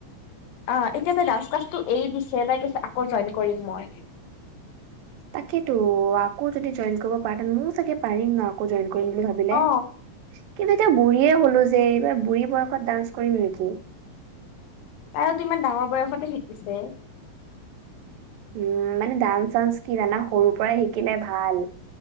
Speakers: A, on the left; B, on the right.
A: অহ এতিয়া তাই ডান্স ক্লাছটো এৰি দিছে, তাই কৈছে আকৌ জইন কৰিম মই।
B: তাকেটো, আকৌ যদি জইন কৰিব পাৰ, মইয়ো চাগে পাৰিম ন আকৌ জইন ভাবিলে।
A: অ
B: কিন্তু এতিয়া বুঢ়ী হলো যে এইবাৰ বুঢ়ী বয়সত ডান্স কৰিম নেকি।
A: তাইতো ইমান ডাঙৰ বয়সতে শিকিছে।
B: উম মানে ডান্স চান্স কি জানা সৰুৰ পৰাই শিকিলে ভাল।